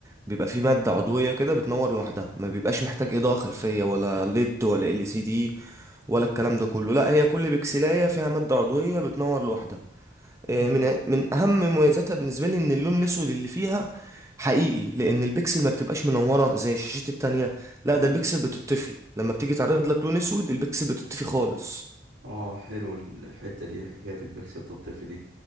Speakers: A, on the right (about 15°); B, on the right (about 85°).
A: بيبقى فيه ماده عضويه كده بتنور لوحدها ما بيبقاش محتاج اضاءه خلفيه ولا ليد ولا ال سي دي ولا الكلام ده كله لا هي كل بكسلايه فيها ماده عضويه بتنور لوحدها آه،
B: مم.
A: من من اهم مميزاتها بالنسبه لي ان اللون الاسود اللي فيها حقيقي لان البكسل ما بتبقاش منوره زي الشاشات التانية لا
B: مم.
A: ده البكسل بتطفي لما بتيجي تعرض لك لون اسود البكسل بتطفي خالص
B: اه حلو الحته دي حكايه البكسل الطفل دي